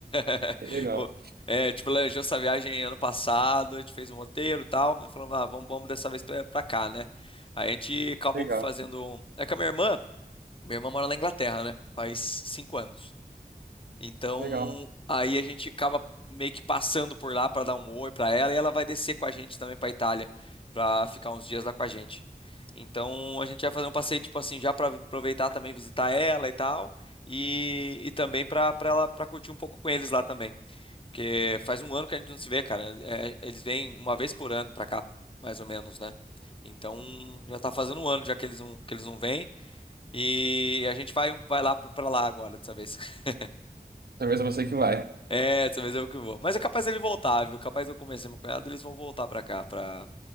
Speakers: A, on the left; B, on the right.
A: <laughs>
B: Que legal,
A: O- É, tipo, planejou essa viagem ano passado, a gente fez um roteiro e tal, falando, ah, vamos, vamos dessa vez pra, pra cá, né? Aí a gente acabou
B: legal,
A: fazendo. um- É com a minha irmã. Minha irmã mora na Inglaterra, né? Faz cinco anos. Então,
B: legal.
A: aí a gente acaba meio que passando por lá para dar um oi para ela e ela vai descer com a gente também para Itália, para ficar uns dias lá com a gente. Então, a gente vai fazer um passeio tipo assim, já para aproveitar também visitar ela e tal, e, e também para para ela para curtir um pouco com eles lá também, porque faz um ano que a gente não se vê, cara. É, eles vêm uma vez por ano para cá, mais ou menos, né? Então, já tá fazendo um ano já que eles não que eles não vêm. E a gente vai, um, vai lá pra pra lá agora, dessa vez. <laughs>
B: Talvez é você que vai.
A: É, dessa vez eu que vou. Mas é capaz ele voltar, viu? Capaz eu convencer meu cunhado, eles vão voltar pra cá, pra,